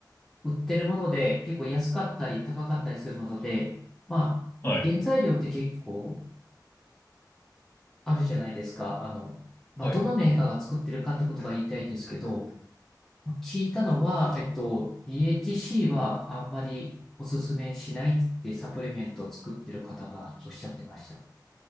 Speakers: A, in the centre; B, on the left.
A: 売ってるもので結構安かったり高かったりするもので、まあ、
B: はい。
A: 原材料って結構あるじゃないですか。あの、まあ、
B: はい。
A: どのメーカーが作ってるかってことが言いたいんですけど、聞いたのは、えっと、DHC はあんまりおすすめしないってサプリメントを作ってる方がおっしゃってました。